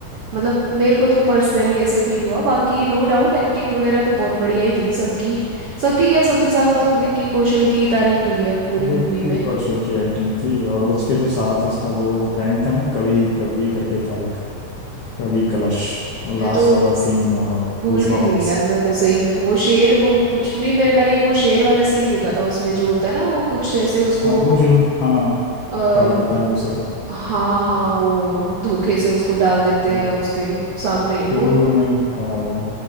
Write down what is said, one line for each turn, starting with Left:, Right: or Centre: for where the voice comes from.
Right: मतलब मेरे को तो पर्सनली ऐसे फील हुआ बाकी नो डाउट एक्टिंग वगैरह तो बहुत बढ़िया ही थी सबकी सबकी क्या सबसे ज़्यादा तो विक्की कौशल की तारीफ हुई है पूरी
Left: विक्की
Right: मूवी में
Left: कौशल की एक्टिंग थी और उसके जो साथ उसका वो फ्रेंड था ना कवि कवि करके था एक कवि कलश और लास्ट
Right: मैं तो
Left: वाला सीन
Right: भूल
Left: गूजबम्प्स
Right: भी गई यार मैं तो सही में वो शेर वो कुछ नहीं मैं मैंने एक वो शेर वाला सीन देखा था उसमें जो होता है ना वो कुछ ऐसे उसको
Left: हाँ वो शुरू हाँ
Right: आ,
Left: फाड़ देता मुंह से तो
Right: हाँ हाँ वो धोखे से उसको डाल देते
Left: तो
Right: हैं उसके सामने
Left: शुरू
Right: वो
Left: में ही था वो